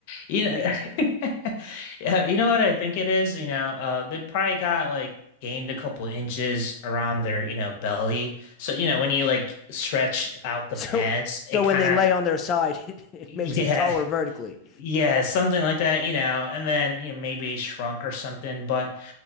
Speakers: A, on the left; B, on the left.
A: you know, <laughs> yeah, you know what I think it is? You know, uh, they probably got like gained a couple inches around their, you know, belly. So, you know, when you like stretch out the
B: So,
A: pants, it
B: so when
A: kind
B: they
A: of,
B: lay on their side, <laughs> it, it
A: yeah,
B: makes them taller
A: <laughs>
B: vertically.
A: yeah, something like that, you know, and then, you know, maybe shrunk or something. But,